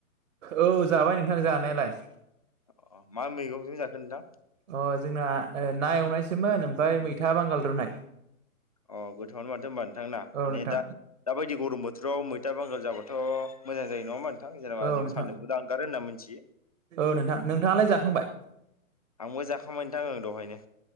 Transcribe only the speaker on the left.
अ मा मैगंजों जाखो नोंथां?
अ गोथाङनो माथो होनबा नोंथांना
माने
दा दााबायदि गरम बो थोराव मैथा बांगाल जाब्लााथ' मोजां जायो नङा नोंथां जेनेबा
जों
सानदुंबो दानगारो होनना मिनथियो।
आंबो जाखांबाय नोथांङो ओ दहायनो।